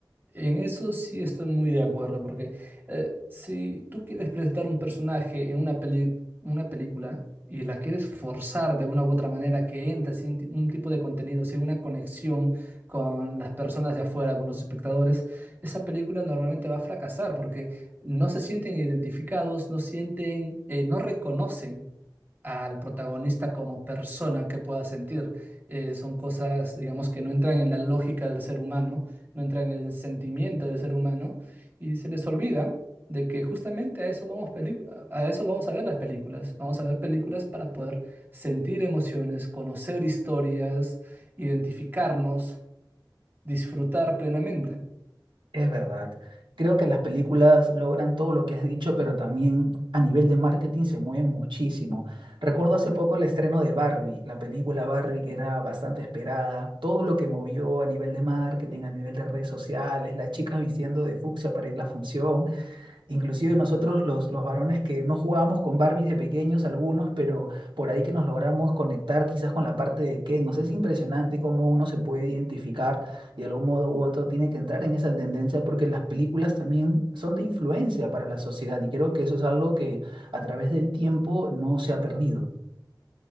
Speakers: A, on the right; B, on the right.
A: En eso sí estoy muy de acuerdo, porque eh, si tú quieres presentar un personaje en una peli- una película y la quieres forzar de una u otra manera que entre sin ti- un tipo de contenido, sin una conexión con las personas de afuera, con los espectadores, esa película normalmente va a fracasar porque no se sienten identificados, no sienten, eh, no reconocen. al protagonista como persona que pueda sentir. Eh, son cosas, digamos, que no entran en la lógica del ser humano, no entran en el sentimiento del ser humano, y se les olvida de que justamente a eso vamos, peli- a a eso vamos a ver las películas. Vamos a ver películas para poder sentir emociones, conocer historias, identificarnos, disfrutar plenamente.
B: Es verdad. Creo que las películas logran todo lo que has dicho, pero también a nivel de marketing se mueven muchísimo. Recuerdo hace poco el estreno de Barbie, la película Barbie que era bastante esperada, todo lo que movió a nivel de marketing, a nivel de redes sociales, la chica vistiendo de fucsia para ir a la función. Inclusive nosotros los, los varones que no jugábamos con Barbies de pequeños algunos, pero por ahí que nos logramos conectar quizás con la parte de Ken. O sea, es impresionante cómo uno se puede identificar y de algún modo u otro tiene que entrar en esa tendencia porque las películas también son de influencia para la sociedad y creo que eso es algo que a través del tiempo no se ha perdido.